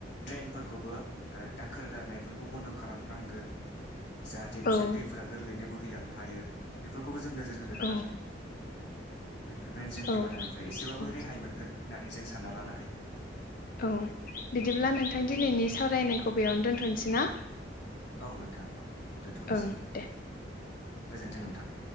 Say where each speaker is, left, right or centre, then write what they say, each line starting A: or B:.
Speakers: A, on the left; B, on the left.
A: ड्रेनफोरखौबो दाखोर गारनायफोरखौ बन्द' खालाम नांगौ जाहाथे बेजों
B: औ
A: दैफोरा गोरलैनो बोहैलांनो हायो बेफोरखौबो ज जों नोजोर होनो गोनां
B: औ
A: आरो बेफोरनिफ्रायनो जों
B: औ
A: दैबाननिफ्राय एसेबाबो
B: औ
A: रेहाय मोनगोन । होननानै जों सानना लानो हायो
B: औ बिदिब्ला नोंथां दिनैनि सावरायनायखौ बेयावनो दोन्थ'नोसै ना?
A: औ नोंथां औ दोनथ'नोसै
B: ओं दे
A: गोजोन्थों नों थां ।